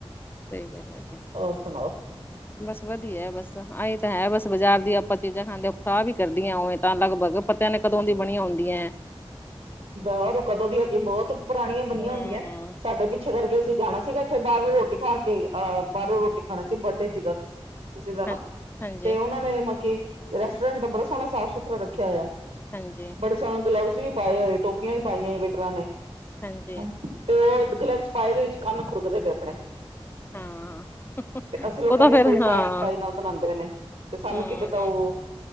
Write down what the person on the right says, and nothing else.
ਔਰ ਸੁਣਾਓ।
ਹੋਰ ਕਦੋਂ ਦੀ ਹੇਗੀ ਏ, ਬਹੁਤ ਪੁਰਾਣੀਆਂ ਬਣੀਆ
ਹੁੰਦੀਆਂ। ਸਾਡੇ ਪਿੱਛੇ ਕਰਕੇ ਤੇ ਜਾਣਾ ਸੀਗਾ, ਉੱਥੇ ਬਾਹਰੋਂ ਰੋਟੀ ਖਾ ਕੇ ਅਹ ਬਾਹਰੋਂ ਰੋਟੀ ਖਾਣਾ ਸੀ, ਬਰਡੇ ਸੀਗਾ ਕਿਸ ਕਿਸੇ ਦਾ
ਨਾ,
ਤੇ ਉਹਨਾਂ ਨੇ ਮਾਕਿ ਰੈਸਟੋਰੈਂਟ ਬਹੁਤ ਸੋਹਣਾ ਸਾਫ਼ ਸੁਥਰਾ ਰੱਖਿਆ ਹੋਇਆ।
ਤੇ ਸ ਗਲਬਜ਼ ਵੀ ਪਾਏ ਹੋਏ, ਟੋਪੀਆਂ ਵੀ ਪਾਈਆਂ ਈ ਬੇਟਰਾਂ ਨੇ,
ਹ ਤੇ ਉਹ ਗੇਲਬਜ ਪਾਏ, ਉਦੇ ਵਿੱਚ ਕੰਨ ਖੁਰਕਦੇ ਪਏ ਆਪਣੇ।
ਤੇ ਅਸੀਂ ਲੋਕ
ਕਹਿੰਨੇ
ਬੜੀ ਸਾਫ਼
ਸਫ਼ਾਈ ਨਾਲ ਬਣਾਂਦੇ ਨੇ, ਤੇ ਸਾਨੂੰ
ਕੀ ਪਤਾ ਉਹ